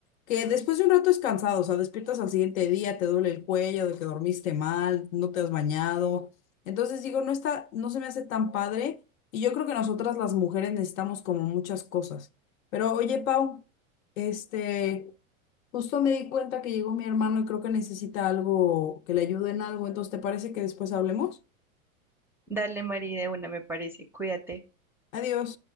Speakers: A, on the left; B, in the centre.
A: Que después de un rato es cansado, o sea, despiertas al siguiente día, te duele el cuello de que dormiste mal, no te has bañado. Entonces digo, no está, no se me hace tan padre y yo creo que nosotras las mujeres necesitamos como muchas cosas. Pero oye, Pau, este, justo me di cuenta que llegó mi hermano y creo que necesita algo que le ayude en algo. Entonces, ¿te parece que después hablemos?
B: Dale, María, de una, me parece. Cuídate.
A: Adiós.